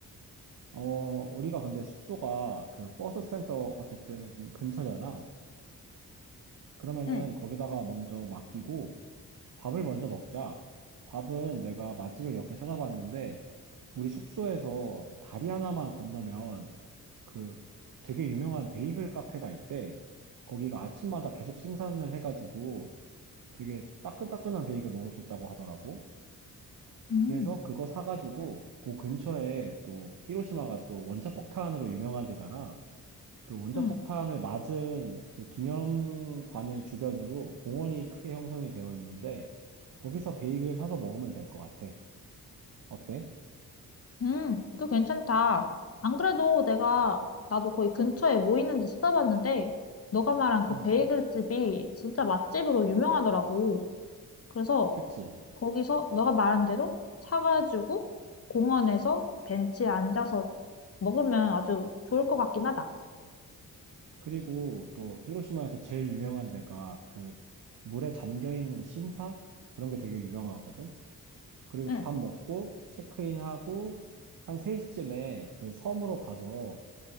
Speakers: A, on the right; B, on the left.
A: 어, 우리가 근데 숙소가 그 버스 센터 어쨌든 근처잖아. 그러면은
B: 응,
A: 거기다가 먼저 맡기고 밥을 먼저 먹자. 밥은 내가 맛집을 몇 개 찾아봤는데 우리 숙소에서 다리 하나만 건너면 그 되게 유명한 베이글 카페가 있대. 거기가 아침마다 계속 생산을 해가지고 되게 따끈따끈한 베이글 먹을 수 있다고 하더라고.
B: 음,
A: 그래서 그거 사가지고 그 근처에 또 히로시마가 또 원자폭탄으로 유명한 데잖아. 그 원자폭탄을
B: 음,
A: 맞은 그 기념관을 주변으로 공원이 크게 형성이 되어 있는데 거기서 베이글 사서 먹으면 될 것 같아. 어때?
B: 음, 그거 괜찮다. 안 그래도 내가, 나도 거기 근처에 뭐 있는지 찾아봤는데, 너가 말한 그
A: 음,
B: 베이글 집이 진짜 맛집으로 유명하더라고. 그래서
A: 그치?
B: 거기서 너가 말한 대로 사가지고 공원에서 벤치에 앉아서 먹으면 아주 좋을 것 같긴 하다.
A: 그리고 또 히로시마에서 제일 유명한 데가 그 물에 잠겨 있는 신사? 그런 게 되게 유명하거든. 그리고
B: 응.
A: 밥 먹고 체크인하고 한 3시쯤에 그 섬으로 가서